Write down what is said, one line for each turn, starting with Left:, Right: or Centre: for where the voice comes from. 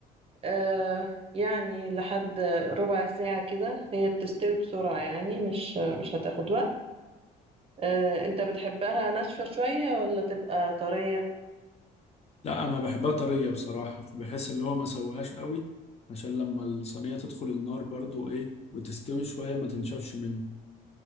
Right: آه يعني لحد ربع ساعة كده هي بتستوي بسرعة يعني مش مش هتاخد وقت آه انت بتحبها ناشفة شوية ولا تبقى طرية؟
Left: لا انا بحبها طرية بصراحة بحيث اللي هو ما سويهاش قوي عشان لما الصينية تدخل النار برضو ايه وتستوي شوية ما تنشفش منه